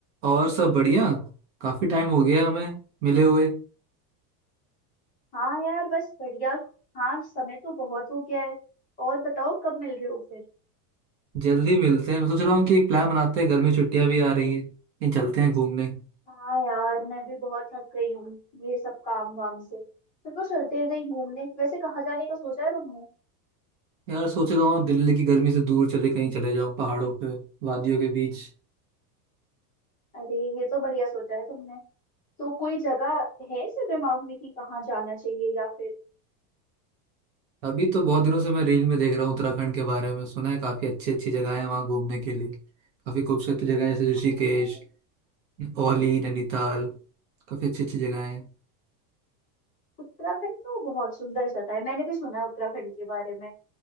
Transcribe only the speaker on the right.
और सब बढ़िया काफी टाइम हो गया हमें मिले हुए
जल्दी मिलते हैं मैं सोच रहा हूँ कि एक प्लान बनाते हैं गर्मी छुट्टियां भी आ रही हैं कहीं चलते हैं घूमने
यार सोच रहा हूँ दिल्ली की गर्मी से दूर चले कहीं चले जाओ पहाड़ों पे वादियों के बीच
अभी तो बहुत दिनों से मैं रील में देख रहा हूँ उत्तराखंड के बारे में सुना है काफी अच्छी अच्छी जगह है वहाँ घूमने के लिए काफी खूबसूरत जगह है जैसे ऋषिकेश
औली नैनीताल काफी अच्छी अच्छी जगह है